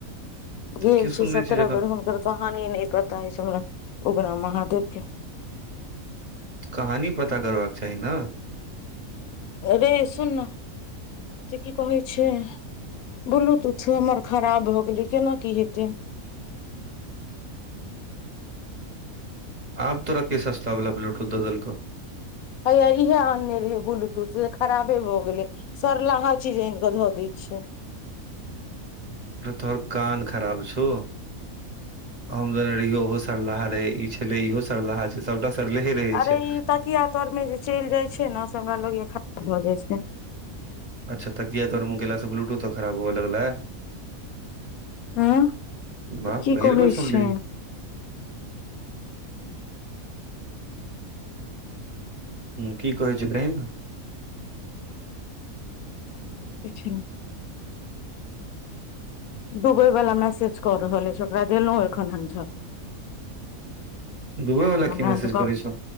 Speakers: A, on the left; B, on the right.
A: गेल
B: की सुनने
A: छी सत्रह
B: जखन
A: बेर हुनकर कहानी नहि पता छै हमरा उगना महादेव के।
B: कहानी पता करबाक चाही नऽ
A: अरे सुन नऽ त की कहै छै ब्लूतुथ हमर खराब भए गेलै केना की हेते
B: आब तोरा के सस्त बला बलतुथ दऽ देलको
A: हैया इएहे आनने रहे ब्लूटूथ खराबे भऽ गेलै सरलाहा चीज आनि कऽ धऽ दै छियै
B: तोहर कान खराब छौ? हम जने रहियौ ओहो सरलाहा रहै ई छलै इहो सरलाहा छै सबटा सरलेहे रहै
A: अरे
B: छै।
A: ई तकिया तरमे जे चलि जाइ छै ने से हमरा लग खराब भऽ जाइ छै।
B: अच्छा तकिया तोर मऽ गेला से ब्लूटूथो खराब हुए लगलाै?
A: हँ
B: बाह
A: की
B: पहिल
A: कहै
B: बेर सुनलिय।
A: छै
B: हू कि कहे छै कहि नऽ
A: किछ नहि। दूबय वालला मैसेज कऽ रहल अछि ओकरा देलहुँ एखन हम
B: दुबई वाला
A: हमरा
B: की मैसेज
A: एतुका
B: करै छौ